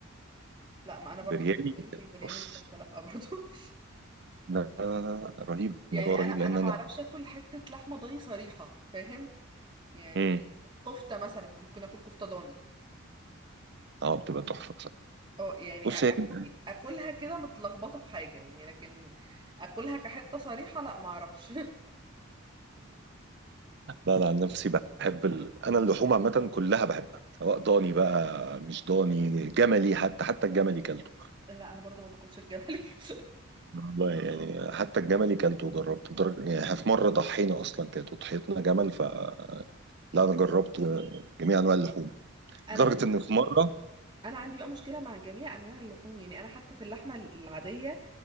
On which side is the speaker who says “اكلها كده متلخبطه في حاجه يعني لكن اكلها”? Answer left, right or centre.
Right